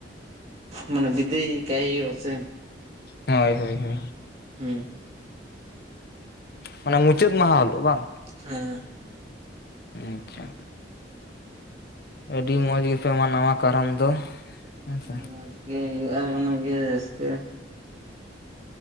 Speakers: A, on the right; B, on the left.
A: ᱢᱟᱱᱮ ᱵᱤᱫᱟᱹᱭ ᱠᱟᱭ ᱦᱳᱭᱳᱜ-ᱟ ᱥᱮ
B: ᱦᱳᱭ ᱦᱳᱭ ᱦᱳᱭ
A: ᱦᱮᱸ
B: ᱢᱟᱱᱮ ᱢᱩᱪᱟᱹᱫ ᱢᱟᱦᱟ ᱦᱤᱞᱳᱜ ᱵᱟᱝ
A: ᱦᱮᱸ
B: ᱟᱪᱪᱷᱟ ᱟᱹᱰᱤ ᱢᱚᱸᱡᱽ ᱜᱮᱯᱮ ᱢᱟᱱᱟᱣᱟ ᱠᱟᱨᱟᱢ ᱫᱚ ᱦᱮᱸᱥᱮ
A: ᱦᱮᱸ ᱢᱚᱡᱽ ᱜᱮ ᱦᱳᱭᱳᱜᱼᱟ ᱚᱱᱟ ᱜᱮ ᱨᱟᱹᱥᱠᱟᱹ